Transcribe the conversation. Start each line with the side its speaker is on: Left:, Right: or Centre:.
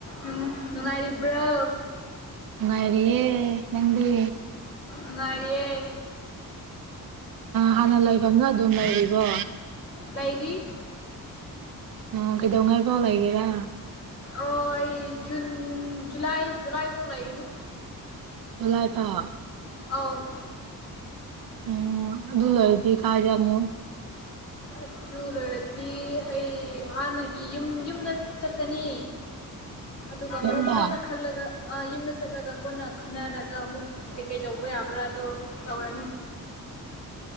Left: ꯎꯝ ꯅꯨꯡꯉꯥꯏꯔꯤꯕ꯭ꯔꯣ
Right: ꯉꯉꯥꯏꯔꯤꯦ ꯂꯪꯗꯤ
Left: ꯉꯉꯔꯤꯌꯦꯌꯦ
Right: ꯍꯥꯟꯅ ꯂꯩꯐꯝꯅ ꯑꯗꯨꯝ ꯂꯩꯔꯤꯕꯣ
Left: ꯂꯩꯕꯤ
Right: ꯎ ꯀꯩ ꯗꯉꯔ ꯐꯥꯎ ꯂꯒꯦꯗ
Left: ꯑꯣ ꯑꯩ ꯖꯨꯟ ꯖꯨꯂꯥꯏ ꯖꯨꯂꯥꯏ ꯐꯥꯎ ꯂꯩꯒꯦꯅꯤ
Right: ꯆꯂꯥꯏ ꯄꯥꯎ
Left: ꯑ
Right: ꯎꯝ ꯑꯗꯨꯜꯜꯗꯤ ꯀꯥꯖꯝꯨꯟ
Left: ꯑ ꯆꯂꯣ ꯗꯒꯤ ꯑꯩ ꯍꯥꯟꯅꯒꯤ ꯌꯨꯝ ꯌꯨꯝꯗ ꯆꯠꯀꯅꯤ ꯑꯗꯨꯒ ꯑꯃꯨꯛꯀꯣꯟꯅ
Right: ꯌꯨꯝꯗ
Left: ꯈꯜꯂꯒ ꯑ ꯌꯨꯝꯗ ꯆꯠꯂꯒ ꯀꯣꯟꯅ ꯈꯟꯅꯔꯒ ꯑꯃꯨꯛ ꯀꯩꯀꯩ ꯇꯧꯕ ꯌꯥꯕ꯭ꯔꯥꯗꯣ ꯇꯧꯔꯅꯤ